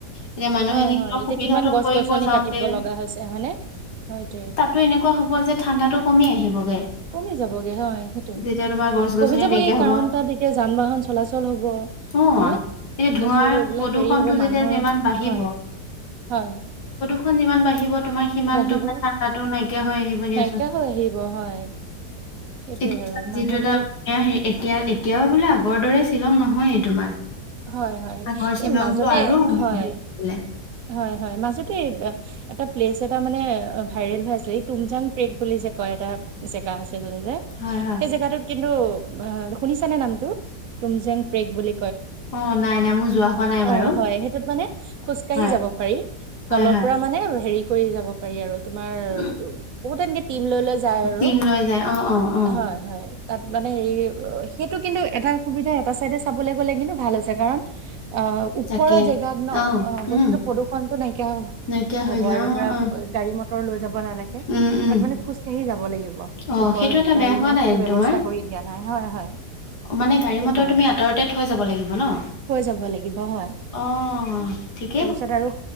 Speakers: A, on the left (about 70°); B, on the right (about 65°).
A: এতিয়া মানুহে
B: হয়
A: নিজৰ
B: হয় এতিয়া
A: সুবিধাটো
B: কিমান গছ
A: কৰিব
B: গছনি
A: যাওঁতে
B: কাটিব লগা হৈছে হয়নে সটোৱে।
A: টো এনেকৱা হ'ব যে ঠাণ্ডাটো কমি আহিবগে।
B: কমি যাবগে হয় সেইটো
A: যেতিয়া তোমাৰ গছ গছনি
B: কমি যাবগে
A: নাইকিয়া হ'ব
B: কাৰণ তাত এতিয়া যান বাহন চলাচল হব।
A: অ
B: হয়নে এতিয়া
A: ধোঁৱাৰ
B: চব এইবিলাক
A: প্ৰদূষণটো
B: হেৰি হ'ব মানুহৰ
A: যেতিয়া যিমান বাঢ়িব
B: হয়। হয়
A: খন যিমান বাঢ়িব তোমাৰ সিমান
B: বাঢ়িব
A: তোমাৰ ঠাণ্ডাটো নাইকিয়া হৈ আহিব দিয়াচোন।
B: নাইকিয়া হৈ আহিব হয় সেইটোৱে
A: এতিয়া
B: আৰু মানুহবোৰ
A: যিটো এটা এতিয়া এতিয়াও বোলে আগৰ দৰে। শ্বিলং নহয়েই তোমাৰ।
B: হয় হয়
A: আগৰ শ্বিলংটো
B: এই মাজতে
A: আৰু
B: হয়
A: হেৰি আছিলে
B: হয় হয় মাজতে এটা প্লেচ এটা মানে ভাইৰেল হৈ আছিলে তুমজাং প্ৰেক বুলি যে কয় এটা জেগা আছে
A: হয় হয়
B: সেই জেগাটোত কিন্তু শুনিছানে নামটো তুমজেং প্ৰেগ বুলি
A: অ নাই নাই মোৰ যোৱা হোৱা নাই
B: অও
A: বাৰু
B: অ হয় সেইটোত মানে খোজ কাঢ়ি
A: হয়
B: যাব পাৰি
A: হয়
B: তলৰ
A: হয়
B: পৰা মানে হেৰি কৰি যাব পাৰি আৰু তোমাৰ
A: উম,
B: বহুত এনেকে টিম লৈ লৈ যায় আৰু
A: টিম লৈ যায় অ অ অ
B: হয় হয় তাত মানে হেৰি সেইটো কিন্তু এটা সুবিধা এটা চাইডে চাবলৈ গ'লে কিন্তু ভাল হৈছে কাৰণ অ ওপৰৰ
A: তাকেই
B: জেগাত ন অ বস্তুতো
A: উম
B: প্ৰদূষণতো নাই কীয়া
A: নাইকিয়া হৈ
B: হ'ব
A: যায়
B: আৰু
A: অ
B: ধৰা
A: অ
B: গাড়ী মটৰ লৈ যাব নালাগে
A: উম উম
B: তাত মানে খোজকাঢ়ি যাব লাগিব
A: অ
B: ওপৰত
A: সেইটো এটা
B: গাড়ী
A: বেয়া হোৱা
B: মানে
A: নাই
B: সেইটো ব্যৱস্থা
A: তোমাৰ
B: কৰি দিয়া নাই হয় হয়
A: মানে গাড়ী
B: সেইটো
A: মটৰ
B: আৰু
A: তুমি আঁতৰতে থৈ যাব লাগিব ন
B: থৈ যাব লাগিব হয়
A: অ ঠিক
B: তাৰপিছত আৰু